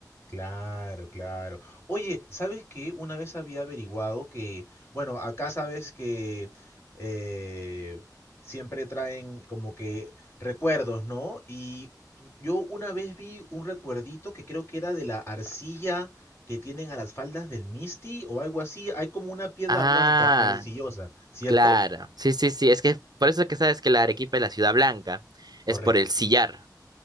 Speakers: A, on the left; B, on the right.
A: Claro, claro. Oye, ¿sabes qué? Una vez había averiguado que, bueno, acá sabes que eh, siempre traen como que recuerdos, ¿no? Y yo una vez vi un recuerdito que creo que era de la arcilla que tienen a las faldas del Misty o algo así. Hay como una piedra
B: Ah,
A: blanca arcillosa, ¿cierto?
B: claro. Sí, sí, sí. Es que por eso es que sabes que la Arequipa es la ciudad blanca.
A: Correcto.
B: Es por el sillar.